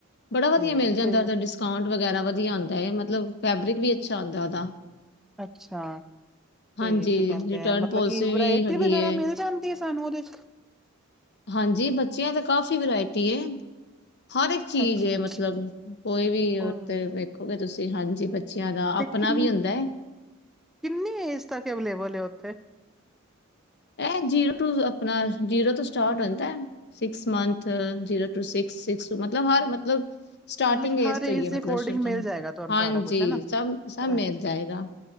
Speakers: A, on the left (about 55°); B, in the centre.
A: ਬੜਾ ਵਧੀਆ
B: ਤੇ
A: ਮਿਲ
B: ਇੱਥੇ
A: ਜਾਂਦਾ ਤੁ ਡਿਸਟ ਵਗੈਰਾ ਵਧੀਆ ਹੁੰਦਾ ਹੈ ਮਤਲਬ ਫੈਬਰਿਕ ਵੀ ਅੱਛਾ ਹੁੰਦਾ ਉਹਦਾ
B: ਅੱਛਾ
A: ਹਾਂਜੀ
B: ਤੇ ਕੀ ਕਹਿੰਦੇ
A: ਰਿਟਰਨ
B: ਆ ਮਤਲਬ
A: ਪੋਲਿਸੀ
B: ਕਿ ਵਰਾਇਟੀ
A: ਵੀ ਹੈਗੀ
B: ਵਗੈਰਾ
A: ਏ
B: ਮਿਲ ਜਾਂਦੀ ਸਾਨੂੰ ਓਦੇ
A: ਹਾਂਜੀ ਬੱਚਿਆਂ ਤਾਂ ਕਾਫ਼ੀ ਵਰਾਇਟੀ ਹੈ। ਹਰ ਇੱਕ ਚੀਜ਼
B: ਅੱਛਾ
A: ਹੈ
B: ਅੱਛਾ
A: ਮਤਲਬ ਕੋਈ ਵੀ
B: ਔਰ
A: ਉਥ ਵੇਖੋਗੇ ਤੁਸੀਂ ਹਾਂਜੀ ਬੱਚਿਆਂ ਦਾ
B: ਤੇ
A: ਆਪਣਾ
B: ਕਿ
A: ਵੀ ਹੁੰਦਾ ਏ
B: ਕਿੰਨੀ ਏਜ ਤੱਕ ਅਵੇਲੇਬਲ ਹੈ ਓਥੇ
A: ਇਹ ਜੀਰੋ ਟੂ ਆਪਣਾ ਜੀਰੋ ਤੋਂ ਸਟਾਰਟ ਹੁੰਦਾ ਸਿਕਸ ਮੰਥ ਜੀਰੋ ਟੂ ਸਸ ਸਸ ਟੂ ਮਤਲਬ ਹਰ ਮਤਲਬ ਸਟਾਰਟਿੰਗ
B: ਮਤਲਬ ਕਿ
A: ਏਜ
B: ਹਰ
A: ਤੋਂ ਹੀ ਹੈ
B: ਦੇ
A: ਮਤਲਬ
B: ਅਕੋਰਡਿੰਗ
A: ਸ਼
B: ਮਿਲ ਜਾਏਗਾ ਤੁਹਾਨੂੰ
A: ਹਾਂਜੀ
B: ਸਾਰਾ ਕੁਛ ਹਨਾ
A: ਸਭ ਸਭ ਮਿਲ
B: ਅੱਛਾ
A: ਜਾਏਗਾ